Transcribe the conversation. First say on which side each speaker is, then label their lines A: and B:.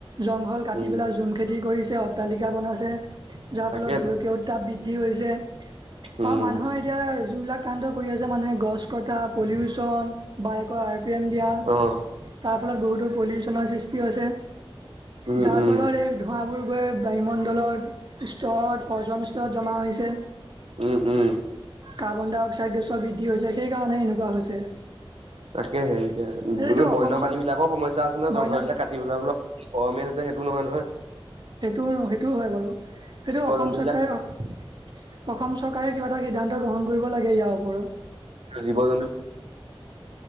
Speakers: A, on the right (about 50°); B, on the right (about 80°).
A: জংঘল কাটি
B: উম
A: পেলাই জুম খেতি কৰিছে যে অট্টালিকা বনাইছে যাৰ
B: তাকেতো
A: ফলত গোলকীয় উত্তাপ বৃদ্ধি হৈছে।
B: উম
A: অঁ মানুহৰ এতিয়া যোনবিলাক কাণ্ড কৰি আছে মানুহে গছ কটা পলিউচন বায়েকৰ আৰ পি এম দিয়া
B: অ
A: তাৰ ফলত বহুতো পলিউচনৰ সৃষ্টি হৈছে।
B: উম
A: যাৰ
B: উম
A: ফলত এই ধোঁৱাবোৰ গৈ- বায়ুমণ্ডলত স্তৰত অৰ্জন স্তৰত জমা হৈছে।
B: উম উম
A: কাৰ্বন ডাই অক্সাইড গেছৰ‌ বৃদ্ধি হৈছে সেইকাৰণে এনেকুৱা হৈছে।
B: তাকে হেৰিকে
A: এইটো
B: বন্য
A: অসম চৰকাৰ
B: পানী বিলাকৰ সমস্যা আছে ন
A: বন্য
B: জংঘল বিাক কাটি ফলা অলপ কমীয়া হৈছে সেইটো নহয় নহয়
A: সেইটোও ন সেইটোও হয় বাৰু সেইটো
B: জীৱ
A: অসম
B: জন্তু
A: চৰকাৰে-
B: বিলাক
A: অসম চৰকাৰে কিবা এটা সিদ্ধান্ত গ্ৰহণ কৰিব লাগে ইয়াৰ ওপৰত
B: জীৱ জন্তু